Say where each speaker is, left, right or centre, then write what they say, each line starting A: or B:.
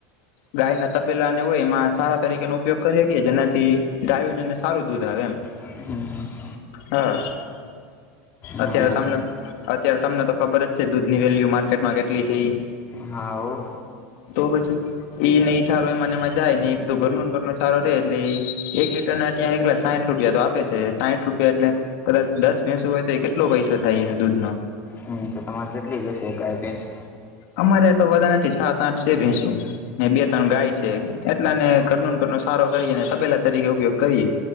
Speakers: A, on the left; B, on the left.
A: ગાય ના તબેલા ને હોય એમાં સારા તરીકેનો ઉપયોગ કરીએ કેએ જેનાથી ગાય ને સારું દૂધ આવે એમ.
B: હમ.
A: હા.
B: ને
A: અત્યારે તમને અત્યારે તમને તો ખબર જ છે, દૂધની વેલ્યુ માર્કેટમાં કેટલી છે એ?
B: હા હો.
A: તો પછી. એઈ નહ સારું એ મને એમાં જાય નહ એધ ઘર ન ઘર ન સારો રહેે એટલે એક લીટર ના ત એક સાઠ રૂપિયા તો આપે છે સાઠ રૂપિયા એટલે કદાચ દસ બેસું હોય તો એ કેટલો પૈસો થાય દૂધ નો.
B: હમ તો તમારે કેટલી <inaudible> ગાય ભેસ?
A: અમારે તો વધા નથી સાત આઠ છે ભેંસો. ને બે ત્રણ ગાય છે એટલાને ઘરનું ઘર ન સારો કરીએ ને તબેલા તરીકે ઉપયોગ કરીએ.